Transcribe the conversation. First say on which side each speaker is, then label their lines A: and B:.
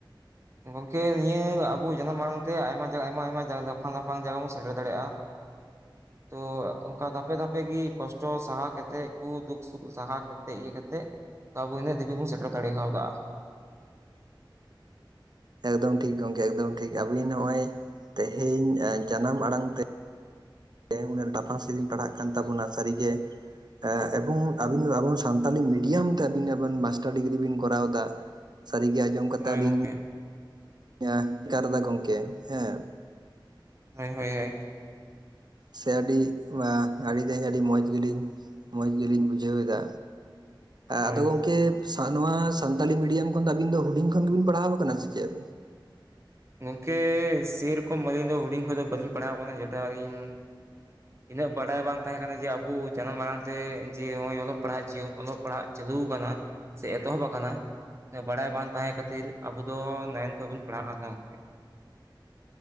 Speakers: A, on the right (about 35°); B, on the right (about 55°).
A: ᱜᱚᱝᱠᱮ ᱱᱤᱭᱟᱹ ᱟᱵᱚ ᱡᱟᱱᱟᱢ ᱟᱲᱟᱝᱛᱮ ᱟᱭᱢᱟ ᱡᱟᱭᱜᱟ ᱟᱭᱢᱟ ᱟᱭᱢᱟ ᱡᱟᱭᱜᱟ ᱞᱟᱯᱷᱟᱝ ᱞᱟᱯᱷᱟᱝ ᱡᱟᱭᱜᱟ ᱵᱚᱱ ᱥᱮᱴᱮᱨ ᱫᱟᱲᱮᱭᱟᱜᱼᱟ ᱛᱚ ᱚᱱᱠᱟ ᱫᱷᱟᱯᱮ ᱫᱷᱟᱯᱮ ᱜᱮ ᱠᱚᱥᱴᱚ ᱥᱟᱦᱟ ᱠᱟᱛᱮᱫ ᱠᱚ ᱫᱩᱠ ᱥᱩᱠ ᱥᱟᱦᱟ ᱠᱟᱛᱮ ᱤᱭᱟᱹ ᱠᱟᱛᱮᱫ ᱛᱚ ᱟᱵᱚ ᱤᱱᱟᱹᱜ ᱫᱤᱠᱩ ᱵᱚᱱ ᱥᱮᱴᱮᱨ ᱫᱟᱲᱮ ᱠᱟᱣᱫᱟ
B: ᱮᱠᱫᱚᱢ ᱴᱷᱤᱠ ᱜᱚᱢᱠᱮ ᱮᱠᱫᱚᱢ ᱴᱷᱤᱠ ᱟᱵᱤᱱ ᱱᱚᱜᱼᱚᱭ ᱛᱮᱦᱮᱧ ᱡᱟᱱᱟᱢ ᱟᱲᱟᱝ ᱛᱮ ᱛᱮᱦᱮᱧ ᱞᱟᱯᱷᱟᱝ ᱥᱮᱫᱤᱧ ᱯᱟᱲᱦᱟᱜ ᱠᱟᱱ ᱛᱟᱵᱚᱱᱟ ᱥᱟᱹᱨᱤᱜᱮ ᱮᱸᱜ ᱮᱵᱚᱝ ᱟᱵᱤᱱ ᱟᱵᱚ ᱥᱟᱱᱛᱟᱞᱤ ᱢᱤᱰᱤᱭᱟᱢ ᱛᱮ ᱢᱟᱥᱴᱟᱨ ᱰᱤᱜᱽᱨᱤ ᱵᱤᱱ ᱠᱚᱨᱟᱣ ᱮᱫᱟ ᱥᱟᱹᱨᱤᱜᱮ ᱟᱸᱡᱚᱢ ᱠᱟᱛᱮᱜ
A: ᱦᱳᱭ
B: ᱟᱹᱞᱤᱧ
A: ᱜᱚᱝᱠᱮ
B: <unintelligible> ᱜᱚᱢᱠᱮ ᱦᱮᱸ
A: ᱦᱳᱭ ᱦᱳᱭ ᱦᱳᱭ
B: ᱥᱮ ᱟᱹᱰᱤ ᱮᱸ ᱟᱹᱰᱤ ᱜᱮ ᱟᱹᱰᱤ ᱢᱚᱡᱽ ᱜᱮᱞᱤᱧ ᱢᱚᱡᱽ ᱜᱮᱞᱤᱧ ᱵᱩᱡᱷᱟᱹᱣᱮᱫᱟ ᱦᱮᱸ
A: ᱦᱳᱭ
B: ᱟᱫᱚ ᱜᱚᱝᱠᱮ ᱱᱚᱣᱟ ᱥᱟᱱᱛᱟᱞᱤ ᱢᱤᱰᱤᱭᱟᱢ ᱠᱷᱚᱱ ᱫᱚ ᱟᱹᱵᱤᱱ ᱫᱚ ᱦᱩᱰᱤᱧ ᱠᱷᱚᱱ ᱜᱮᱵᱤᱱ ᱯᱟᱲᱦᱟᱣ ᱠᱟᱱᱟ ᱥᱮ ᱪᱮᱫ
A: ᱜᱚᱝᱠᱮ ᱥᱮᱨᱚᱠᱚᱢ ᱟᱹᱞᱤᱧ ᱫᱚ ᱦᱩᱰᱤᱧ ᱠᱷᱚᱱᱫᱚ ᱵᱟᱹᱞᱤᱧ ᱯᱟᱲᱦᱟᱣ ᱠᱟᱱᱟ ᱡᱮᱴᱟ ᱟᱹᱞᱤᱧ ᱤᱱᱟᱹᱜ ᱵᱟᱰᱟᱭ ᱵᱟᱝ ᱛᱟᱦᱮᱸ ᱠᱟᱱᱟ ᱡᱮ ᱟᱵᱚ ᱡᱟᱱᱟᱢ ᱟᱲᱟᱝ ᱛᱮ ᱡᱮ ᱱᱚᱜ-ᱚᱭ ᱯᱟᱲᱦᱟᱜ ᱚᱞᱚᱜ ᱯᱟᱲᱦᱟᱜ ᱪᱟᱹᱞᱩ ᱟᱠᱟᱱᱟ ᱥᱮ ᱮᱛᱚᱦᱚᱵ ᱟᱠᱟᱱᱟ ᱵᱟᱲᱟᱭ ᱵᱟᱝ ᱛᱟᱦᱮᱸ ᱠᱷᱟᱹᱛᱤᱨ ᱟᱵᱚ ᱫᱚ ᱱᱟᱭᱤᱱ ᱠᱷᱚᱱ ᱵᱚᱱ ᱯᱟᱲᱦᱟᱜ ᱠᱟᱱ ᱛᱟᱦᱮᱱᱟ